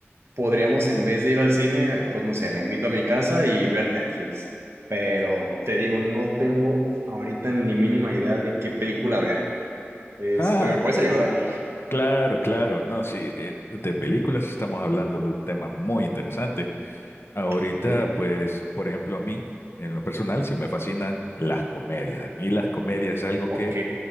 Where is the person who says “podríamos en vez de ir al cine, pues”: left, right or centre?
Right